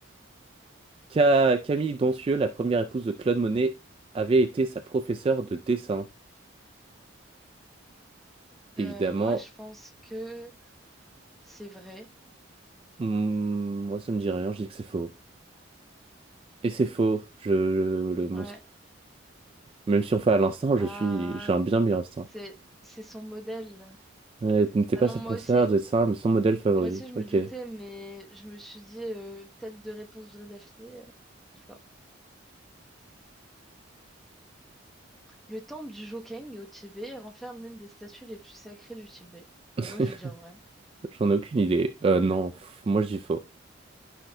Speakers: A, on the right; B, in the centre.
A: Ca- Camille Doncieux, la première épouse de Claude Monet, avait été sa professeure de dessin. Évidemment,
B: Euh, moi, je pense que c'est vrai.
A: hmm, moi ça me dit rien, je dis que c'est faux. Et c'est faux. Je, le,
B: Ouais.
A: mon- même si on fait à l'instant,
B: Ah,
A: je suis, j'ai un bien meilleur instinct.
B: c'est c'est son modèle.
A: Elle n'était
B: Bah
A: pas
B: non,
A: sa
B: moi
A: professeure
B: aussi.
A: de dessin, mais son modèle favori.
B: Moi aussi, je me
A: Ok.
B: doutais, mais je me suis dit euh, peut-être deux réponses vraies d'affilée. euh, je sais pas. Le temple du Jokeng au Tibet renferme l'une des statues les plus sacrées du Tibet.
A: <laughs>
B: Bah moi, je veux dire vrai.
A: J'en ai aucune idée. Euh, non, pff, moi je dis faux.